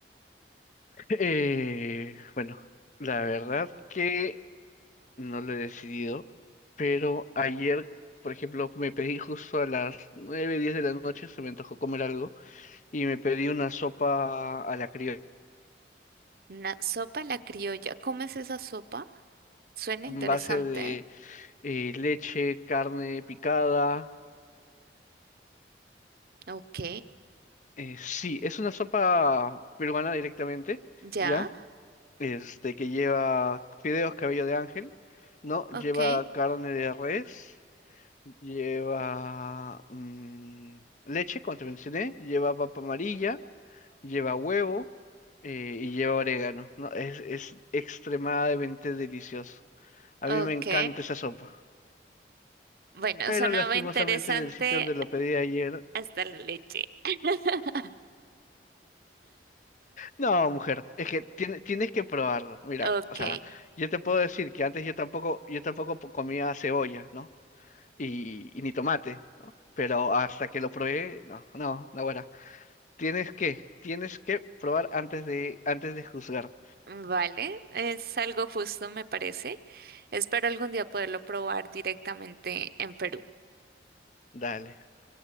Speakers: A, on the left; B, on the right.
A: Eh, bueno, la verdad que no lo he decidido, pero ayer, por ejemplo, me pedí justo a las 9 10 de la noche, se me antojó comer algo, y me pedí una sopa a la criolla,
B: Una sopa a la criolla. ¿Comes esa sopa? Suena
A: en
B: interesante.
A: base de
B: ¿Eh?
A: eh, leche, carne picada.
B: Ok,
A: eh, sí, es una sopa peruana directamente,
B: ya.
A: ¿ya? Este, que lleva fideos cabello de ángel, ¿no? Lleva
B: Ok,
A: carne de res. Lleva mm, leche, como te mencioné, lleva papa amarilla, lleva huevo eh, y lleva orégano. No, es, es extremadamente delicioso. A
B: ok.
A: mí me encanta esa sopa.
B: Bueno,
A: Pero
B: sonaba
A: lastimosamente
B: interesante
A: del sitio donde lo pedí ayer.
B: hasta la leche. <laughs>
A: No, mujer, es que tiene- tienes que probarlo. Mira,
B: Ok,
A: o sea, yo te puedo decir que antes yo tampoco, yo tampoco po- comía cebolla, ¿no? Y, y ni tomate, ¿no? Pero hasta que lo probé, no, no, no, bueno, Tienes que, tienes que probar antes de, antes de juzgar.
B: vale. Es algo justo, me parece. Espero algún día poderlo probar directamente en Perú.
A: Dale.